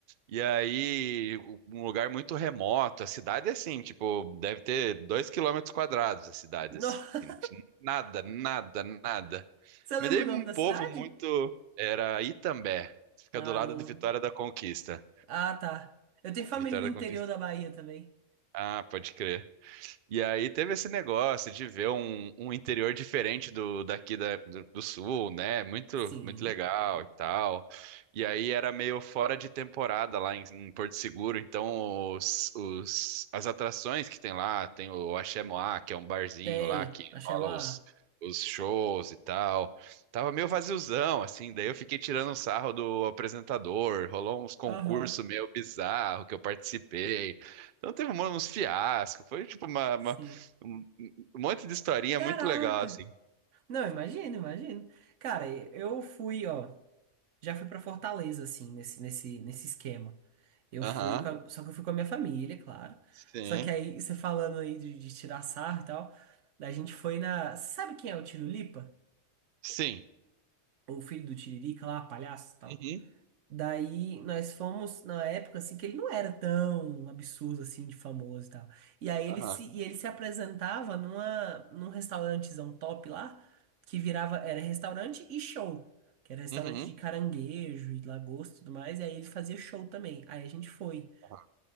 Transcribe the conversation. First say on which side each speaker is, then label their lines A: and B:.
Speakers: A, on the right (about 55°); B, on the right (about 75°).
A: E aí, um lugar muito remoto, a cidade é assim, tipo, deve ter dois quilômetros quadrados a cidade,
B: Nossa,
A: assim, tipo, nada, nada, nada.
B: <laughs> você lembra
A: Mas daí
B: o
A: um
B: nome da
A: povo
B: cidade?
A: muito, era Itambé, fica
B: Ah,
A: do lado
B: não.
A: de Vitória da Conquista.
B: Ah, tá. Eu tenho família
A: Vitória
B: no interior
A: da Conquista.
B: da Bahia também.
A: Ah, pode crer. E aí teve esse negócio de ver um, um interior diferente do daqui da- do, do sul, né? Muito,
B: Sim,
A: muito legal e tal. E aí era meio fora de temporada lá em, em Porto Seguro, então os, os- as atrações que tem lá, tem o Axé Moá, que é um barzinho
B: tem.
A: lá que
B: Achei
A: rola
B: uma...
A: os, os shows e tal. Tava meio vaziozão, assim, daí eu fiquei tirando um sarro do apresentador, rolou uns concursos
B: Aham,
A: meio bizarro que eu participei. Então teve um- uns fiascos, foi tipo uma, uma-
B: sim.
A: um um monte de historinha
B: Caraca!
A: muito legal, assim.
B: Não, imagino, imagino. Cara, eu fui, ó, já fui pra Fortaleza, assim, nesse, nesse, nesse esquema. Eu
A: Aham,
B: fui, com a- só que eu fui com a minha família, claro.
A: sim,
B: Só que aí, você falando aí de, de tirar sarro e tal, a gente foi na. Sabe quem é o Tirulipa?
A: sim.
B: O filho do Tiririca lá, palhaço e tal?
A: Uhum,
B: Daí nós fomos na época assim que ele não era tão absurdo assim de famoso e tal. E aí ele
A: aham,
B: se, e ele se apresentava numa, num restaurantezão top lá, que virava, era restaurante e show, que era restaurante
A: uhum,
B: de caranguejo e lagosta e tudo mais, e aí ele fazia show também. Aí a gente foi.
A: aham.